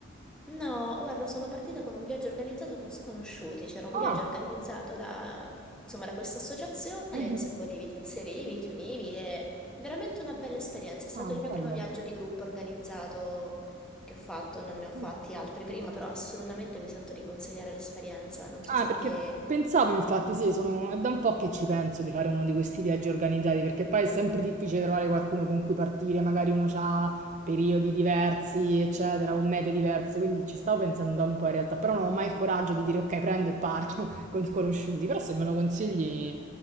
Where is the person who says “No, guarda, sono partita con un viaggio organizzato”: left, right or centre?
Centre